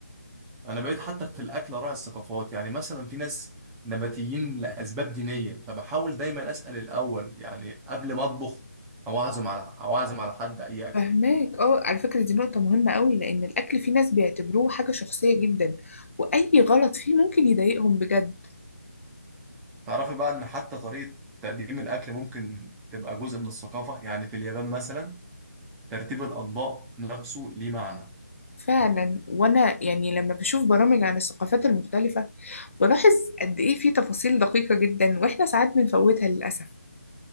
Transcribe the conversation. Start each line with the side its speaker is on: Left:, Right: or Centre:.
Centre: انا بقيت حتى في الاكل راعي الثقافات يعني مثلا في ناس نباتيين لاسباب دينية فبحاول دايما اسأل الاول يعني قبل ما اطبخ او اعزم على او اعزم على حد اي اكل
Left: فهماك اه على فكرة دي نقطة مهمة قوي لأن الأكل في ناس بيعتبروه حاجة شخصية جدا وأي غلط فيه ممكن يضايقهم بجد
Centre: تعرفي بقى ان حتى طريقة تقديم الاكل ممكن تبقى جزء من الثقافة يعني في اليابان مثلا ترتيب الاطباق نفسه ليه معنى
Left: فعلا وانا يعني لما بشوف برامج عن الثقافات المختلفة بلاحظ قد ايه في تفاصيل دقيقة جدا واحنا ساعات بنفوتها للأسف